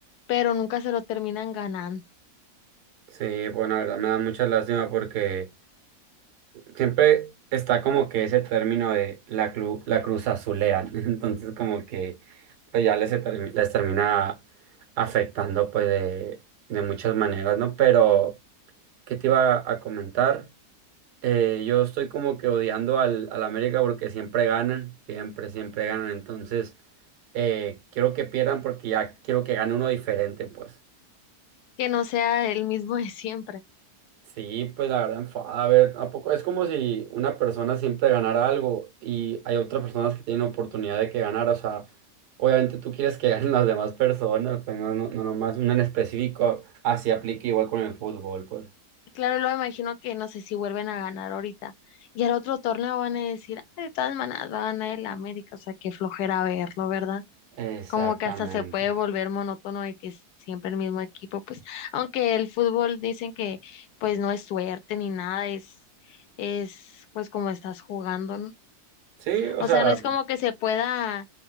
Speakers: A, on the left; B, on the right.
A: pero nunca se lo terminan ganando.
B: sí, bueno, la verdad me da mucha lástima porque... siempre está como que ese término de la, cru- la cruz azulean, <laughs> entonces como que pues ya les, termi- les termina afectando pues de, de muchas maneras, ¿no? Pero, ¿qué te iba a comentar? Eh, yo estoy como que odiando al, al América porque siempre ganan, siempre, siempre ganan, entonces eh, quiero que pierdan porque ya quiero que gane uno diferente, pues.
A: Que no sea el mismo de siempre.
B: Sí, pues la verdad enfada. A ver, ¿a poco? Es como si una persona siempre ganara algo y hay otras personas que tienen oportunidad de que ganar O sea, obviamente tú quieres que <laughs> ganen las demás personas, pues no, no, no nomás una en específico. Así aplica igual con el fútbol, pues.
A: Claro, lo imagino que no sé si vuelven a ganar ahorita. Y al otro torneo van a decir, ah, de todas maneras va a ganar el América, o sea, qué flojera verlo, ¿verdad?
B: Exactamente.
A: Como que hasta se puede volver monótono de que es siempre el mismo equipo, pues, aunque el fútbol dicen que pues no es suerte ni nada, es, es pues como estás jugando, ¿no?
B: Sí, o
A: O
B: sea.
A: sea, no es como que se pueda